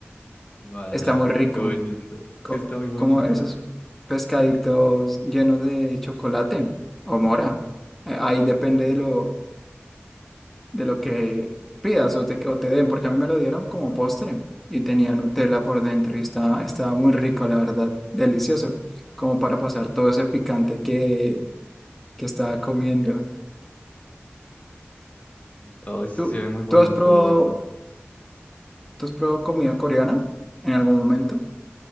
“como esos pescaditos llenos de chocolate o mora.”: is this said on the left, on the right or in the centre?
Centre